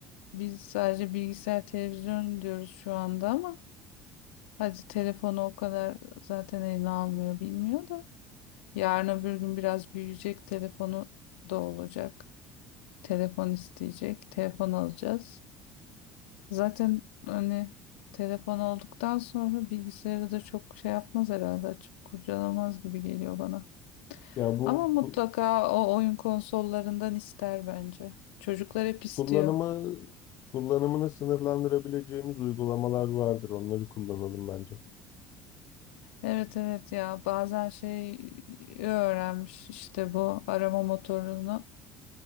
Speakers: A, on the left; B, on the left.
A: Biz sadece bilgisayar, televizyon diyoruz şu anda ama hadi telefonu o kadar zaten eline almıyor, bilmiyor da. Yarın öbür gün biraz büyüyecek, telefonu da olacak. Telefon isteyecek, telefon alacağız. Zaten hani telefon olduktan sonra bilgisayarı da çok şey yapmaz herhalde, açıp kurcalamaz gibi geliyor bana.
B: Ya bu
A: Ama mutlaka
B: ku-
A: o oyun konsollarından ister bence. Çocuklar hep istiyor.
B: Kullanımı kullanımını sınırlandırabileceğimiz uygulamalar vardır. Onları kullanalım bence.
A: Evet evet ya bazen şey öğrenmiş işte bu arama motorunu